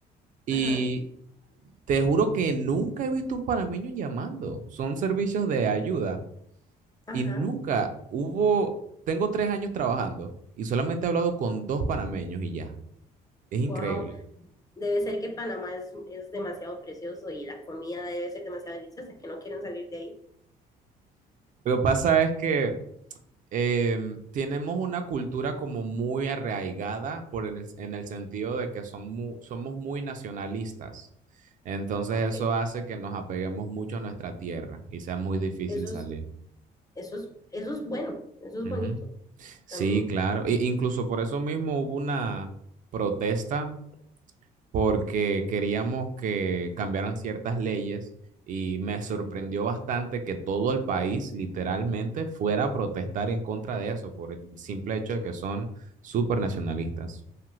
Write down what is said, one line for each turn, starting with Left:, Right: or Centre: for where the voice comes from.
Right: y
Left: ajá,
Right: te juro que nunca he visto un panameño llamando. Son servicios de ayuda
Left: ajá.
Right: y nunca hubo, tengo tres años trabajando y solamente he hablado con dos panameños y ya. Es increíble.
Left: Wow, Debe ser que Panamá es, es demasiado precioso y la comida debe ser demasiado deliciosa, que no quieren salir de ahí.
Right: Lo que pasa es que em, tenemos una cultura como muy arraigada por en el, en el sentido de que son mu- somos muy nacionalistas. Entonces
Left: Ok,
Right: eso hace que nos apeguemos mucho a nuestra tierra y sea muy difícil
Left: eso
Right: salir.
Left: es, eso es, eso es bueno, eso es
Right: Ujú.
Left: bonito
Right: Sí,
Left: también.
Right: claro. E- incluso por eso mismo hubo una protesta porque queríamos que cambiaran ciertas leyes y me sorprendió bastante que todo el país literalmente fuera a protestar en contra de eso por el simple hecho de que son súper nacionalistas.